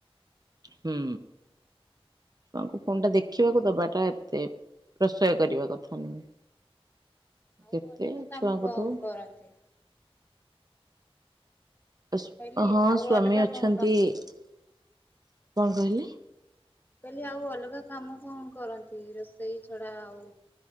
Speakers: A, on the right; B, on the left.
A: ହୁଁ। ଛୁଆଙ୍କୁ ଫୋନ୍ ଟା ଦେଖିବାକୁ ଦବାଟା ଏତେ ପ୍ରଶୟ କରିବା କଥା ନୁହେଁ।
B: ଆଉ
A: ଯେତେ
B: ଅଲଗା କାମ
A: ଛୁଆଙ୍କଠୁ
B: କଣ କରନ୍ତି।
A: ଏସ
B: କହିଲି
A: ହଁ
B: ଆଉ
A: ସ୍ଵାମୀ
B: ଅଲଗା
A: ଅଛନ୍ତି
B: କଣ କାମ କରନ୍ତି?
A: କଣ କହିଲେ?
B: ମୁଁ କଇଲି ଆଉ ଅଲଗା କାମ କଣ କରନ୍ତି ରୋଷେଇ ଛଡା ଆଉ